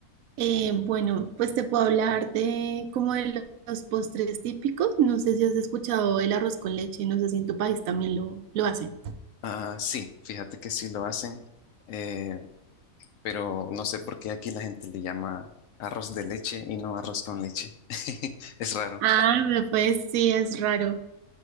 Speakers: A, on the right; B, on the left.
A: Eh, bueno, pues te puedo hablar de como de lo- los postres típicos. No sé si has escuchado el arroz con leche, no sé si en tu país también lo, lo hacen.
B: Ah, sí, fíjate que sí lo hacen. Eh, pero no sé por qué aquí la gente le llama arroz de leche y no arroz con leche. <laughs> Es raro.
A: Ah, me pues sí, es raro,